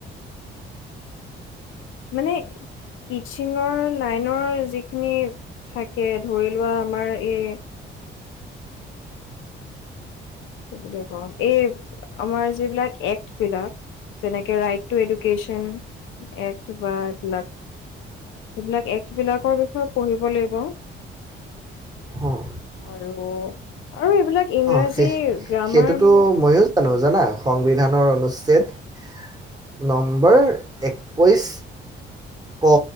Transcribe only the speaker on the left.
মানে টিছিঙৰ লাইনৰ যিখিনি থাকে ধৰি লোৱা আমাৰ এই স বুলি কম এই আমাৰ যিবিলাক এক্টবিলাক যেনেকে ৰাইট টু এডুকেশ্যন এক্ট বা এইবিলাক সেইবিলাক এক্ট বিলাকৰ বিষয়ে পঢ়িব লাগিব
আৰু আৰু এইবিলাক ইংৰাজী
গ্ৰামাৰবিলাকতো
কি